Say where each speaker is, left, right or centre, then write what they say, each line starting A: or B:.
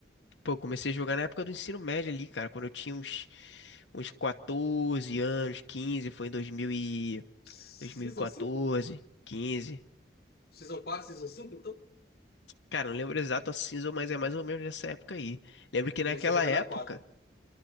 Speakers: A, on the left; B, on the left.
A: pô, eu comecei a jogar na época do ensino médio ali, cara. Quando eu tinha uns, uns 14 anos, 15 foi em dois mil e...
B: Season
A: dois mil e quatorze
B: 5,
A: quinze
B: Season 4, Season cinco. então?
A: Cara, não lembro exato a cinza, mas é mais ou menos nessa época aí. Lembro que
B: Eu
A: naquela
B: comecei a jogar
A: época.
B: na quatro.